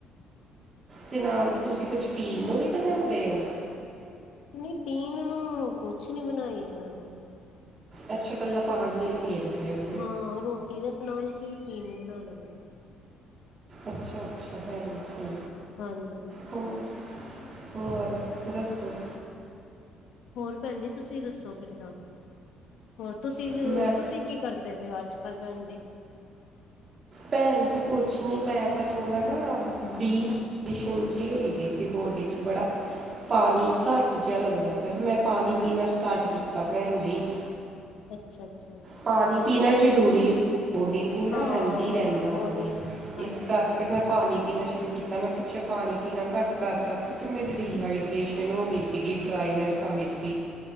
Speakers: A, on the right; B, on the left.
A: ਤੇ ਨਾਲ
B: ਹਾਂਜੀ
A: ਤੁਸੀਂ ਕੁਝ ਪੀਣ ਨੂੰ ਵੀ ਬਣਾਂਦੇ ਓ?
B: ਨਹੀ ਪੀਣ ਨੂੰ ਕੁਛ ਨੀ ਬਣਾਈ ਦਾ ਹੈਗਾ।
A: ਅੱਛਾ ਕੱਲਾ ਪਾਣੀਓ ਪੀਂਦੇ ਉਹ।
B: ਹਾਂ ਰੋਟੀ ਦੇ ਨਾਲ ਕੀ ਪੀਣ ਨੂੰ ਬਣਾਣਾ?
A: ਅੱਛਾ-ਅੱਛਾ ਭੈਣ ਜੀ।
B: ਹਾਂਜੀ।
A: ਹੋਰ, ਹੋਰ ਦੱਸੋ।
B: ਹੋਰ ਭੈਣ ਜੀ ਤੁਸੀਂ ਦੱਸੋ ਕਿੱਦਾਂ? ਹੋਰ ਤੁਸੀਂ,
A: ਮੈਂ
B: ਤੁਸੀਂ ਕੀ ਕਰਦੇ ਪਏ ਓ ਅੱਜ-ਕੱਲ੍ਹ ਭੈਣ ਜੀ?
A: ਭੈਣ ਜੀ ਕੁਛ ਨੀ ਮੈਂ ਤਾਂ ਥੋੜਾ ਨਾ ਡੀ- ਚ ਈ ਹੋਈ ਦੀ ਸੀ ਬਾਡੀ 'ਚ ਬੜਾ ਪਾਣੀ ਘੱਟ ਜਿਹਾ ਲੱਗਦਾ, ਵੈਸੇ ਮੈਂ ਪਾਣੀ ਪੀਣਾ ਸਟਾਰਟ ਕੀਤਾ ਭੈਣ ਜੀ। <inaudible>
B: ਅੱਛਾ-ਅੱਛਾ।
A: ਪਾਣੀ ਪੀਣਾ ਜ਼ਰੂਰੀ ਆ, ਬੋਡੀ ਲਈ ਨਾ
B: ਹਾਂ
A: ਹੈ ਹੈਲਥੀ ਰਹਿੰਦਾ
B: ਬੋਡੀ
A: ਬਾਡੀ।
B: ਹਾਂਜੀ
A: ਇਸ ਕਰਕੇ
B: ਹਾਂਜੀ
A: ਮੈਂ ਪਾਣੀ ਪੀਣਾ ਸ਼ੁਰੂ ਕੀਤਾ ਮੈਂ ਪਿੱਛੇ ਪਾਣੀ ਪੀਣਾ ਘੱਟ ਕਰਤਾ ਸੀ ਤੇ ਮੇਰੀ ਡੀਹਾਈਡ੍ਰੇਸ਼ਨ ਹੋ ਗੀ ਸੀਗੀ ਡਰਾਈਨੈਸ ਆ ਗੀ ਸੀ।